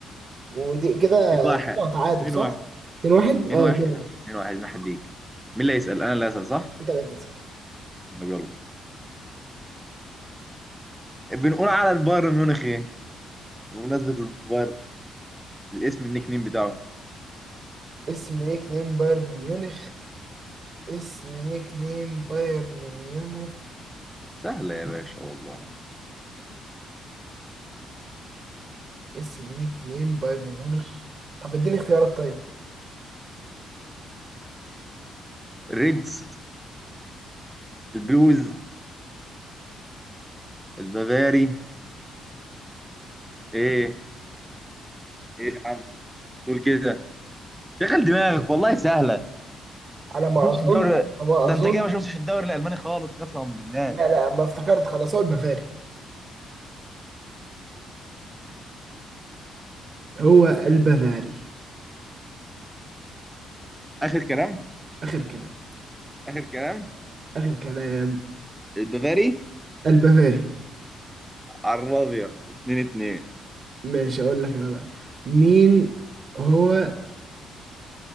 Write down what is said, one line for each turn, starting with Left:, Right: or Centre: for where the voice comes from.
Right: ودي كده
Centre: 2 1
Right: كده تعادل
Centre: 2
Right: صح؟
Centre: 1
Right: 2-1
Centre: 2
Right: اه
Centre: 1
Right: 2-1
Centre: 2 1 2 1 ليك مين اللي هيسال انا اللي هسال صح
Right: أنت لا تسأل
Centre: طب يلا بنقول على البايرن ميونخ ايه بمناسبه البايرن الاسم النيك نيم بتاعه
Right: اسم نيك نيم بايرن ميونخ اسم نيك نيم بايرن ميونخ
Centre: سهله يا باشا والله
Right: اسم نيك نيم بايرن ميونخ طب اديني اختيارات طيب
Centre: ريدز البلوز البافاري ايه ايه يا عم تقول كده شغل دماغك والله سهله
Right: على ما
Centre: ما شفتش
Right: اظن
Centre: الدوري
Right: على ما
Centre: ده
Right: اظن
Centre: انت كده ما شفتش الدوري الالماني خالص قسما بالله
Right: لا لا ما افتكرت خلاص هو البافاري هو البافاري
Centre: اخر كلام
Right: اخر كلام
Centre: اخر كلام
Right: اخر كلام
Centre: البافاري
Right: البافاري
Centre: على الابيض 2 2
Right: ماشي اقول لك انا بقى مين هو